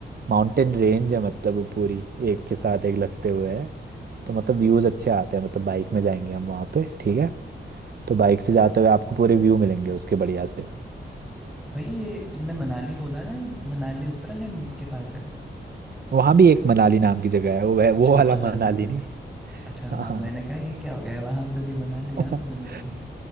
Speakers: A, on the right (about 55°); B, in the centre.
A: माउंटेन रेंज है मतलब वो पूरी एक के साथ एक लगते हुए है तो मतलब व्यूज अच्छे आते हैं मतलब बाइक में जाएंगे हम वहाँ पे ठीक है तो बाइक से जाते हुए आपको पूरे व्यू मिलेंगे उसके बढ़िया से
B: भाई ये तुमने मनाली बोला ना ये मनाली उत्तराखंड के पास है
A: वहाँ भी एक मनाली नाम की जगह है वो वह-
B: अच्छा
A: वो
B: वो
A: वाला
B: अलग
A: मनाली
B: मनाली
A: नहीं
B: अच्छा हाँ
A: हाँ
B: मैंने कहा ये क्या हो गया है वहाँ पे भी मनाली यहाँ
A: <laughs>
B: पे भी मनाली